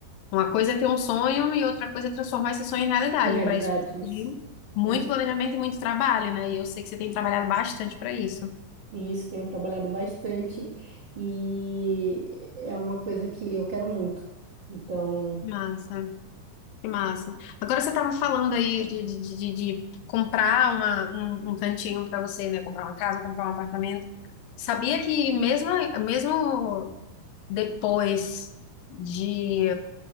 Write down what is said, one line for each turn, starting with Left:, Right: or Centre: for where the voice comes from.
Left: uma coisa é ter um sonho e outra coisa é transformar esse sonho em realidade.
Right: em realidade
Left: Para isso, precisa
Right: isso.
Left: de muito
Right: Isso.
Left: planejamento e muito trabalho, né? E eu sei que você tem trabalhado bastante para isso.
Right: E isso tenho trabalhado bastante e é uma coisa que eu quero muito. Então,
Left: Massa. Que massa. Agora você estava falando aí de, de, de, de- de comprar uma, um, um cantinho para você, né? Comprar uma casa, comprar um apartamento. Sabia que mesmo, mesmo depois de